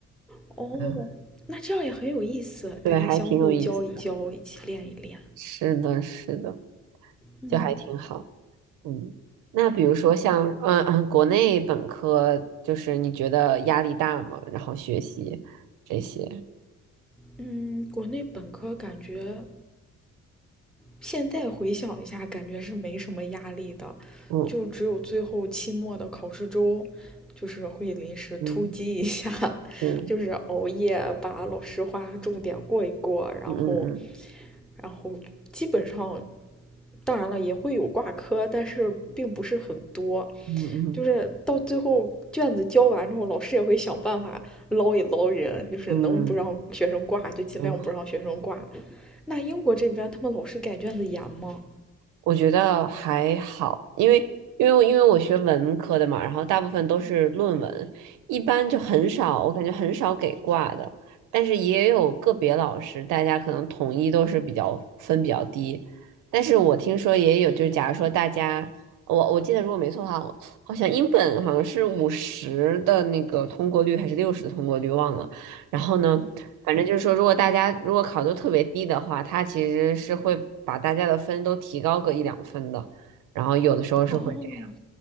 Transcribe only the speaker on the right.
嗯，
对，
还挺有意思。
是的，是的，
就还挺好。嗯，那比如说像嗯嗯，<laughs> 国内本科就是你觉得压力大吗？然后学习这些，
嗯
嗯
是，
嗯嗯
嗯嗯
嗯嗯嗯，
我觉得还好，因为因为我因为我学文科的嘛，然后大部分都是论文，一般就很少，我感觉很少给挂的，但是也有个别老师，大家可能统一都是比较分比较低，但是我听说也有，就是假如说大家，我我记得如果没错的话，我好像英本好像是五十的那个通过率还是六十的通过率，忘了。然后呢，反正就是说，如果大家如果考得特别低的话，它其实是会把大家的分都提高个一两分的，然后有的时候是会这样，